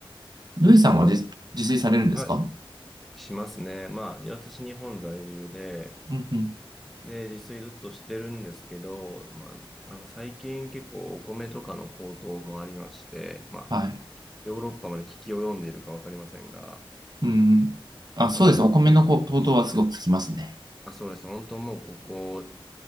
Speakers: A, on the right (about 45°); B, in the centre.
A: ルイさんは自、
B: そ
A: 自炊されるんですか
B: う。はい。しますね。まあ、私日本在住で、
A: うんうん。
B: で、自炊ずっとしてるんですけど、まあ、あの、最近結構お米とかの高騰もありまして、まあ、
A: はい。
B: ヨーロッパまで危機を読んでいるかわかりませんが、
A: うんうん。あ、そうですね。
B: あの、
A: お米のこ高騰はすごく効きますね。
B: あ、そうです。本当もうここ、